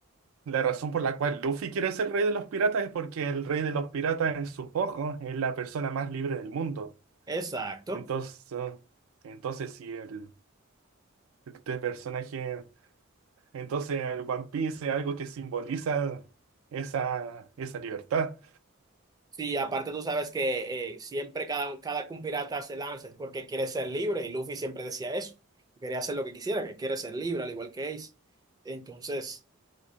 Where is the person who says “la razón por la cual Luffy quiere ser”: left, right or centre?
Right